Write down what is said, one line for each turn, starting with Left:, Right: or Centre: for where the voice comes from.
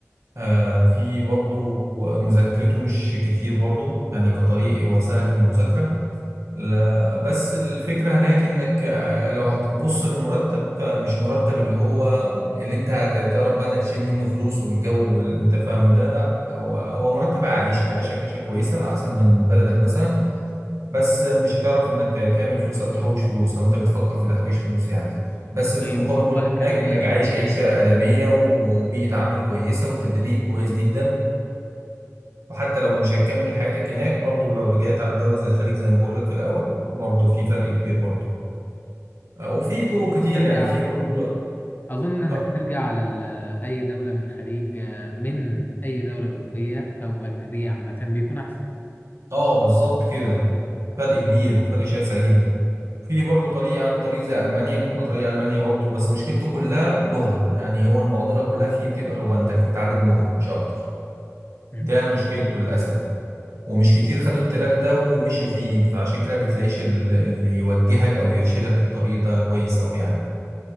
Right: آه في برضه مذاكرته مش كتير برضه يعني كطريق هو سهل في المذاكرة لا بس الفكرة هناك انك آه، لو هتبص لمرتب فمش مرتب اللي هو اللي انت هتعرف بقى انك تشيل منه فلوس والجو اللي انت فاهمه ده لا هو هو مرتب عايشك عايشك عيشة كويسة احسن من بلدك مثلا بس مش هتعرف انك ت- تعمل فلوس او تحوش فلوس لو انت بتفكر في تحويش فلوس يعني بس في
Left: طيب
Right: المقابل
Left: هو
Right: برضه
Left: كمعيشي
Right: هناك انك عايش عيشة آدمية وبيئة عمل كويسة وتدريب كويس جدا وحتى لو مش هتكمل حياتك هناك برضه لو رجعت على دولة زي الخليج زي ما بقول لك في الأول برضه في فرق كبير برضه آه، وفي طرق كتير
Left: ترجع
Right: يعني في برضه طرق
Left: أظن إنك
Right: اه
Left: ترجع على ال- أي دولة من الخليج آه، من أي دولة أوروبية أو أجنبية عامة بيكون أحسن
Right: آه، بالظبط كده فرق كبير وفرق شاسع جدا في برضه طريقة عن طريق زي ألمانيا طريق ألمانيا برضه بس مشكلته كلها لغة يعني هو المعضلة كلها فيه بتبقى لغة أنت بتتعلم لغة مش أكتر
Left: مم.
Right: ده مشكلته للأسف ومش كتير خدوا التراك ده ومشوا فيه فعشان كده ما بتلاقيش ال- اللي يوجهك أو يرشدك للطريق ده كويس أوي يعني